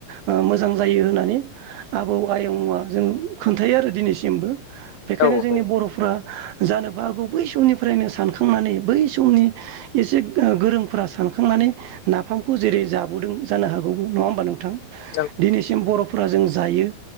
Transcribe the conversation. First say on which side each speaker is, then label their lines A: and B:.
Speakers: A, on the right; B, on the left.
A: ओ मोजां जायो होननानै आबौ आयंआ जों खोन्थायो आरो दिनैसिमबो। बेखायनो
B: औ औ
A: जोंनि बर'फ्रा जानोबो हागौ बै समनिफ्रायनो सानखांनानै बै समनि एसे ओ गोरोंफोरा सानखांनानै नाफामखौ जेरै जाबोदों जानो हागौबो नङा होमबा नोंथां?
B: नों
A: दिनैसिम बर' फोरा जों जायो।